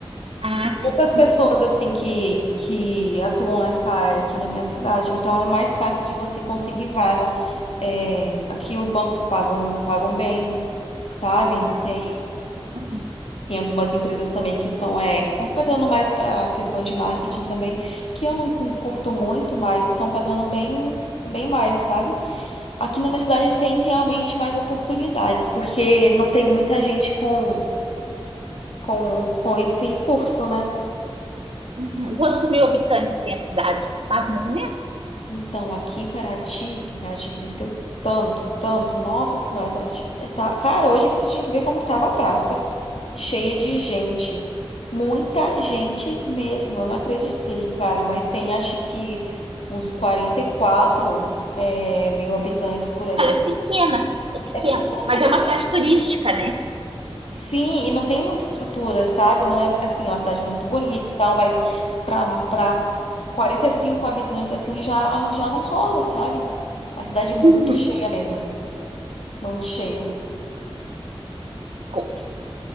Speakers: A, on the right; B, on the left.
A: Ah,
B: E tem
A: sim.
B: poucas pessoas assim que, que atuam nessa área aqui na minha cidade, então é mais fácil de você conseguir vaga. É, aqui os bancos pagam, pagam bens, sabe?
A: Hum,
B: Tem,
A: uhum,
B: tem algumas empresas também que estão é, contratando mais para a questão de marketing também, que eu não curto muito, mas estão pagando bem, bem mais, sabe? Aqui na minha cidade tem realmente mais oportunidades, porque não tem muita gente com, com, com esse curso, né?
A: uhum. Quantos mil habitantes tem a cidade, sabe? mas nem menos?
B: Então, aqui em Paraty, que Paraty cresceu tanto, tanto, nossa senhora, Paraty tá... Cara, hoje você tinha que ver como que tava a praça. cheia de gente. Muita gente mesmo. Eu não acreditei, cara, mas tem acho que uns 44 é, mil habitantes por aí.
A: é pequena, é pequena.
B: É pequena,
A: Mas
B: justamente.
A: é uma cidade turística, né?
B: Sim, e não tem muita estrutura, sabe? Não é assim, é uma cidade muito bonita e tal, mas para para 45 habitantes assim já já não rola, sabe? Uma cidade muito
A: Uhum.
B: cheia mesmo, muito cheia.
A: Desculpe.